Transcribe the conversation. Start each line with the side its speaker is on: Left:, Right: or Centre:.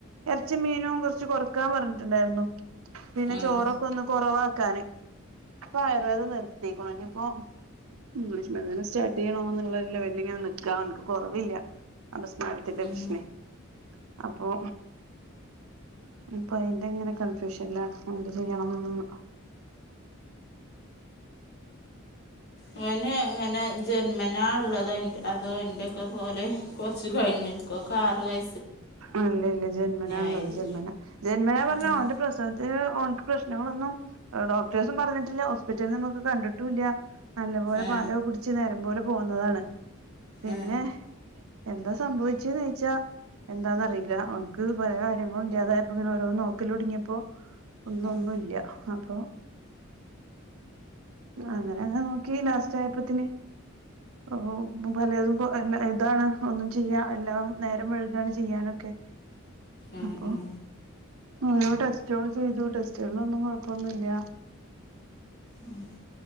Right: എർച്ചിം മീനും കൊർച്ച് കൊർക്കാൻ പറഞ്ഞിട്ടുണ്ടായിരുന്നു പിന്നെ
Left: ഉം
Right: ചോറൊക്കെ ഒന്ന് കൊറവാക്കാന്. ഇപ്പൊ ആയുർവേദം നിർത്തിക്ക്ണ്ഞിപ്പോ ഇംഗ്ലീഷ് മരുന്നന്നെസ്റ്റാർട്ട് ചെയ്യണോ ന്നുള്ള നല്ല വല്ലിങ്ങെനെ നിക്കാൻ ഓൻക്ക്കൊറവില്ല. അപസ്മാരത്തിന്റെ
Left: ഉം
Right: പ്രശ്നേ അപ്പൊ. അപ്പൊ അയ്ന്റെങ്ങനെ കൺഫ്യൂഷൻലാണ് എന്ത് ചെയ്യണംന്ന്.
Left: അവന് ഇങ്ങനെ ജന്മനാള്ളത് അതോ എന്റൊക്കെ പോലെ കൊർച്ച്‌ കൊഴിഞ്ഞ്. ക്കെ ആറ് വയ
Right: അല്ലല്ല ജന്മനാ
Left: ആയത്
Right: ഉള്ളതാ ജന്മന ജന്മനാ പറഞ്ഞ
Left: ഉം
Right: ഓന്റെ പ്രസവ ഓൻക്ക് പ്രശ്നങ്ങളൊന്നും ഡോക്ടേഴ്സും പർഞ്ഞിട്ടില്ല ഹോസ്പിറ്റൽന് നമുക്ക് കണ്ടിട്ടുംല്ല. നല്ലപോലെ
Left: ഏ
Right: പാലൊകെ കുട്ച്ച് നേരം പോലെ പോന്നതാണ് പിന്നെ.
Left: ഏ
Right: എന്താ സംഭവിച്ച്നോയ്ച്ചാ. എന്താന്ന് അറീല്ല ഓൻക്ക് പല കാര്യങ്ങളും ഇല്ലാതായപ്പൊ ഇങ്ങനോരോ നോക്കലൊട്ങ്ങിയപ്പോ. ഒന്നൊന്നും
Left: ഉം
Right: ഇല്ല്യ അപ്പൊ. അങ്ങനെ അങ്ങെനെനോക്കി ലാസ്റ്റായപ്പത്തിന് ഓ പലതും എല്ല ഇതാണ് ഒന്നും ചെയ്യാ എല്ലാം നേരം വൈകി പണിചെയ്യാനൊക്കെ
Left: ഉം
Right: അപ്പോ
Left: ഉം
Right: ഓരോ ടെസ്റ്റുകൾ ചെയ്തു ടെസ്റ്റുകളിൽ ഒന്നും കുഴപ്പൊന്നുല്ല
Left: ഉം